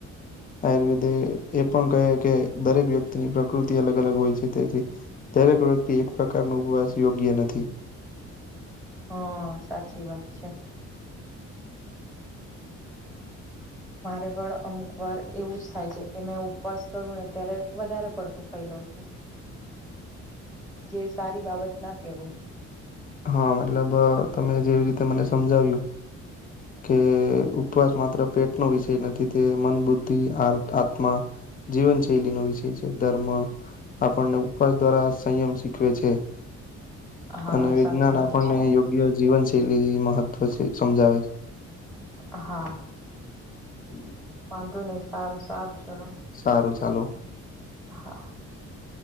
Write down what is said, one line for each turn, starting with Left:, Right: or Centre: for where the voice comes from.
Left: આયુર્વેદ એ પણ કહે કે દરેક વ્યક્તિની કૃતિ અલગ-અલગ હોય છે, તેથી દરેક વ્યક્તિ એક પ્રકાર નો ઉપવાસ યોગ્ય નથી.
Centre: હા સાચી વાત છે. મારે પણ અમુક વાર એવું જ થાય છે કે મેં ઉપવાસ કરું ને ત્યારે વધારે પડતું ખાઈ લવ વ છું, જે સારી બાબત ના કહેવાય.
Left: હા મતલબ તમે જેવી રીતે મને સમજાવ્યું કે ઉપવાસ માત્ર પેટનો વિષય નથી, તે મન, બુદ્ધિ, આર આત્મા જીવન શૈલી નો વિષય છે, ધર્મ આપણને ઉપવાસ દ્વારા સંયમ શીખવે છે.
Centre: હા,
Left: અને વિજ્ઞાન
Centre: સાચી વાત
Left: આપણને
Centre: છે.
Left: યોગ્ય જીવનશૈલી મહત્વ છે સમજાવે છે.
Centre: હા.
Left: <inaudible>
Centre: વાંધો નહી, સારું-સારું ચલો.
Left: સારું ચાલો.
Centre: <inaudible>